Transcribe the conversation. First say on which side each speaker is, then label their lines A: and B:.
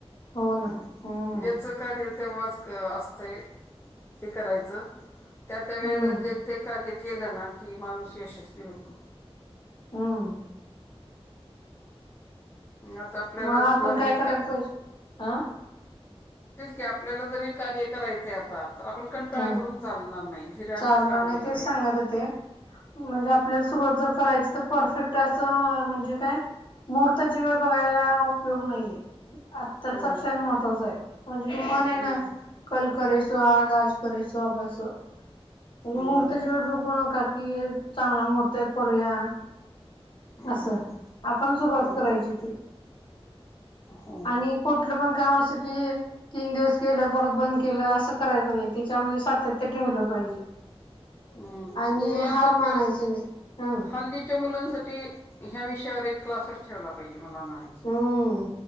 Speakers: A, on the left (about 50°); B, on the left (about 20°).
A: हो ना
B: ह
A: हम्म
B: ज्याचं कार्य तेव्हा असतय ते करायच त्या त्या वेळे
A: हम्म
B: जे कार्य केल ना कि माणूस यशस्वी होतो
A: हम्म
B: आता आपल्याला
A: मग आपण
B: जर
A: काय
B: हे
A: करायला
B: का
A: पाहिजे अ
B: तेच की आपल्याला जर हे कार्य करायचे आता तर आपण कंटाळा
A: ह
B: करून चालणार नाही धिरानीच
A: चालणार
B: काम
A: नाही
B: केलं
A: तेच
B: पाहिजे
A: सांगत होते म्हणजे आपल्याला सुरुवात जर करायची तर परफेक्ट असं म्हणजे काय मुहूर्ताची वेळ बघायला उपयोग नाहीये आत्ता
B: हो
A: चक्षण महत्वाच आहे म्हणजे तू मन आहे
B: हम्म
A: ना कलकरेसो आज आज ससो अभ्यास म्हणजे
B: हम्म
A: मुहूर्ताची वेट बघव नका. कि चांगला महर्त करूया
B: हम्म
A: असं आपण सुरुवात
B: बरोबर
A: करायची ते
B: हो
A: आणि कुठलं पण काम असे कि तीन दिवस केलं परत बंद केलं असं करायचं नाही. त्याच्यामध्ये सातत्य ठेवलं पाहिजे.
B: हम्
A: आणि
B: मुलांसाठी
A: हार मानायचे नाही हं
B: हल्दीच्या मुलांसाठी ह्या विषयावर एक क्लासच ठेवला पाहिजे मला म्हणायचं
A: हम्म